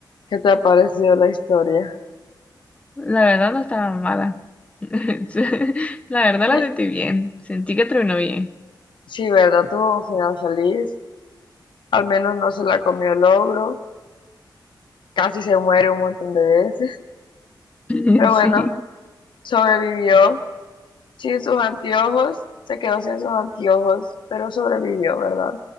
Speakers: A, on the left; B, on the left.
A: ¿qué te ha parecido la historia?
B: La verdad no estaba mala. <laughs> La verdad la
A: <laughs>
B: sentí bien. Sentí que terminó bien.
A: Sí, ¿verdad? Tuvo un final feliz. Al menos no se la comió el ogro. Casi se muere un montón de veces.
B: <laughs>
A: Pero bueno,
B: Sí.
A: sobrevivió. sin sus anteojos, se quedó sin sus anteojos, pero sobrevivió, ¿verdad?